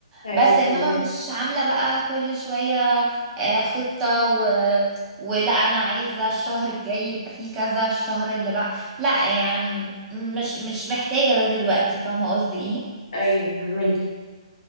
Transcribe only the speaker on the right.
بس انما
مش عاملة بقى كل شوية آه، خطة ولا انا عايزه الشهر الجاي يبقى فيه كذا الشهر اللي بقى لا يعني مش مش محتاجه ده دلوقتي فاهمه قصدي ايه